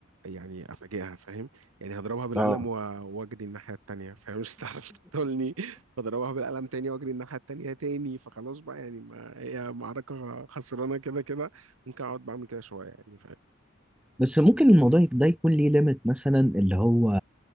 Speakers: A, on the right (about 80°); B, in the centre.
A: يعني افاجئها فاهم يعني هضربها بالقلم
B: اه
A: و- واجري الناحيه التانيه فاهم <laughs> مش هتعرف تقتلني فاضربها بالقلم تاني واجري الناحيه التانيه تاني فخلاص بقى يعني ما هي معركه خسرانه كده كده ممكن اقعد بعمل كده شويه يعني فاهم
B: بس ممكن الموضوع ده يكون ليه ليميت مثلا اللي هو